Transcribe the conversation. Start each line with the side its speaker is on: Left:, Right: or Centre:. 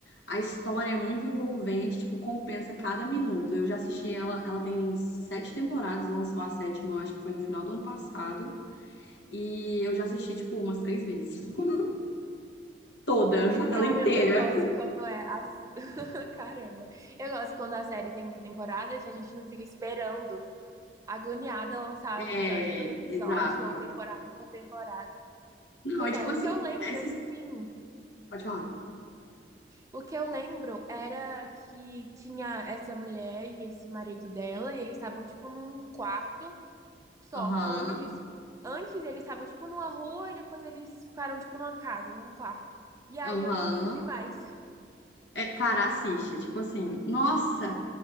Left: A história é muito envolvente, tipo, compensa cada minuto. Eu já assisti ela, ela tem sete temporadas, lançou a sétima, eu acho que foi no final do ano passado, e eu já assisti, tipo, umas três vezes. <laughs> Toda, ela
Right: Caramba,
Left: inteira.
Right: eu gosto quando é as... <laughs> Caramba. Eu gosto quando a série tem muita temporada que a gente não fica esperando, agoniada, lançar
Left: É,
Right: episódio por episódio
Left: exato.
Right: ou temporada por temporada.
Left: Não,
Right: Pois
Left: é tipo
Right: é, o
Left: assim,
Right: que eu lembro,
Left: essa...
Right: assim,
Left: his- Pode falar.
Right: O que eu lembro era que tinha essa mulher e esse marido dela, e eles estavam, tipo, num quarto só.
Left: Aham,
Right: Só lembro disso. Antes eles estavam, tipo, numa rua e depois eles ficaram, tipo, numa casa, num quarto. E aí
Left: aham.
Right: eu não assisti mais.
Left: É, cara, assiste. É Tipo assim, nossa,